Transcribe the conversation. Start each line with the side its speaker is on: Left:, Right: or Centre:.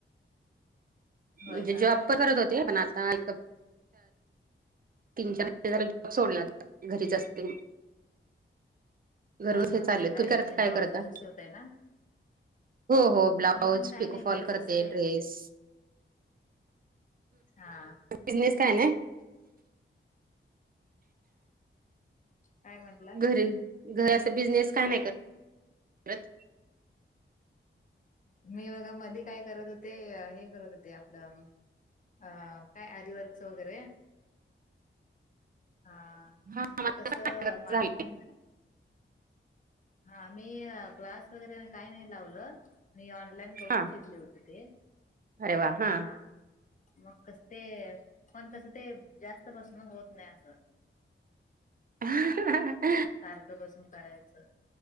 Left: होय
Right: म्हणजे
Left: का
Right: जॉब प करत होते पण आता एक तीन चार झा जॉब सोडला घरी जा असते गरच
Left: हा हा
Right: हे चाललय
Left: शिलाई
Right: तू करत
Left: म्हणजे
Right: काय
Left: ब्लाऊज
Right: करता
Left: वगैरे शिवताय ना
Right: हो हो ब्लाऊज
Left: मी पण काही
Right: पिकफॉल
Left: नाही घरीच
Right: करते
Left: असते
Right: ड्रेस
Left: हा
Right: बिझनेस काय ना
Left: काय म्हंटलात
Right: घरी घर अस बिझनेस का नाही करत करत
Left: मी बघा मध्ये काय करत होते हे करत होते आपलं अ काय आरवर्क्स वगैरे हा
Right: हा
Left: ते कसं माझं
Right: झाले
Left: पण हा मी क्लास वगैरे काही नाही लावलं मी ऑनलाईन बघून
Right: हा
Left: शेतले होते ते
Right: अरे वा हा
Left: मग कसं ते पण कसं ते जास्त बसून होत नाही असं
Right: ह
Left: सारखं बसून करायचं